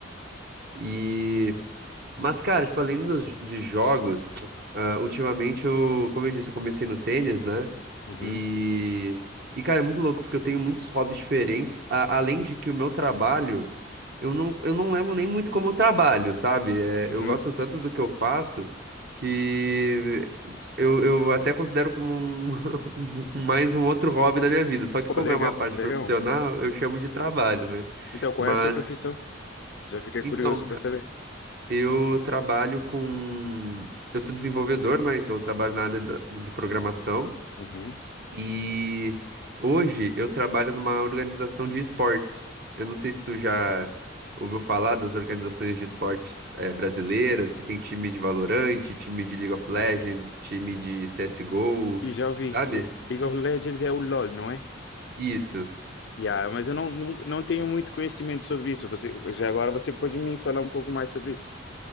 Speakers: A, on the right; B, on the left.
A: E. Mas, cara, tipo, além dos, de jogos, ah, ultimamente eu, como eu disse, eu comecei no tênis, né?
B: Uhum,
A: E. E, cara, é muito louco, porque eu tenho muitos hobbies diferentes. a- além de que o meu trabalho, eu não, eu não levo nem muito como trabalho, sabe? É,
B: uhum.
A: eu gosto tanto do que eu faço que eu, eu até considero como um, <laughs> um- mais um outro hobby da minha vida. Só que
B: Pô,
A: como
B: legal,
A: é uma parte
B: legal.
A: profissional, eu chamo de trabalho, né?
B: Então, qual
A: Mas.
B: é a sua profissão? Já fiquei
A: Então,
B: curioso
A: cara,
B: para saber.
A: eu trabalho com. Eu sou desenvolvedor, né? Então eu trabalho na área da- de programação.
B: Uhum.
A: E hoje eu trabalho numa organização de esportes. Eu não sei se tu já ouviu falar das organizações de esportes eh, brasileiras, que tem time de Valorant, time de League of Legends, time de CSGO,
B: E já ouvi.
A: sabe?
B: eh, League of Legends é o LoL, não é?
A: Isso.
B: Yeah, mas eu não, não, não tenho muito conhecimento sobre isso. Você, já agora você pode me falar um pouco mais sobre isso.